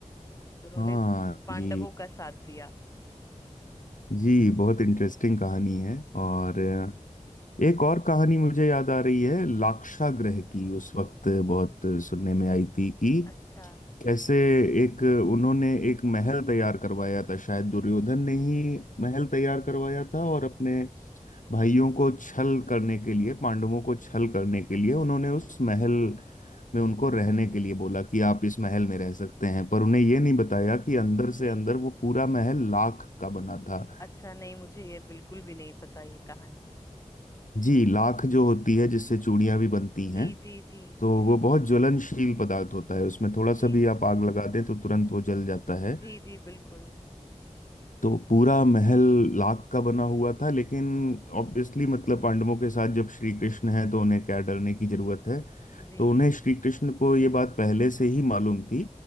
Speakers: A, on the left (about 25°); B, on the left (about 80°).
A: तो उन्होंने
B: हाँ
A: पांडवों
B: जी
A: का साथ दिया
B: जी बहुत इंटरेस्टिंग कहानी है और एक और कहानी मुझे याद आ रही है लाक्षा ग्रह की उस वक्त बहुत सुनने में आई थी कि
A: अच्छा
B: कैसे एक उन्होंने एक महल तैयार करवाया था शायद दुर्योधन ने ही महल तैयार करवाया था और अपने भाइयों को छल करने के लिए पांडवों को छल करने के लिए उन्होंने उस महल में उनको रहने के लिए बोला कि आप इस महल में रह सकते हैं पर उन्हें ये नहीं बताया कि अंदर
A: जी
B: से अंदर वो पूरा महल लाख का बना था
A: अच्छा नहीं मुझे ये बिल्कुल भी नहीं पता ये कहानी
B: जी लाख जो होती है जिससे चूड़ियां भी बनती हैं
A: जी जी जी
B: तो वो बहुत ज्वलनशील पदार्थ होता है उसमें थोड़ा
A: जी
B: सा भी आप आग लगा दें तो तुरंत वो जल जाता है
A: जी जी बिल्कुल
B: तो पूरा महल लाख का बना हुआ था लेकिन ऑब्वियसली मतलब पांडवों के साथ जब श्री कृष्ण है तो उन्हें क्या डरने की जरूरत है
A: जी
B: तो उन्हें श्री कृष्ण को ये बात पहले से ही मालूम थी